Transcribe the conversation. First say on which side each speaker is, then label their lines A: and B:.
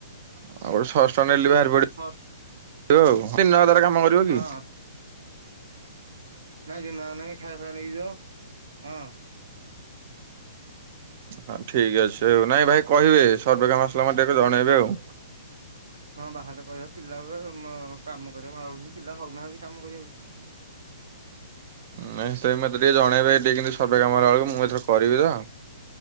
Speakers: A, on the right; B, on the right.
A: ଆଉ ଗୋଟେ ଛଅଶହଟଙ୍କା ଡେଲି ବାହାରି
B: ଆଉ
A: ପଡିବ,
B: ଛଅଶହ
A: ଆଉ ତିନ ଆଉ ତାର କାମ କରିବ
B: ହଁ
A: କି। ହ
B: ନାଇଁ <unintelligible> ନାଇଁ ଖାଇବା ଫାଇବା ନେଇକି ଯିବ ହଁ।
A: ହଁ ଠିକ ଅଛି ଆଉ ନାଇଁ ଭାଇ କହିବେ ସର୍ଭେ କାମ ଆସିଲା ମତେ ଜଣେଇବେ ଆଉ।
B: ହଁ ବାହାରିଲେ କହିବା ପିଲା ଏ କାମ କରିବାକୁ <unintelligible> ପିଲା ହଉନାହାନ୍ତି କାମ କରିବାକୁ।
A: ନାଇ ସେ ମତେ ଟିକେ ଜଣେଇବେ ଟିକେ କି ସର୍ଭେ କାମ ହେଲା ବେଳକୁ ମୁଁ ଏଥର କରିବି ତ।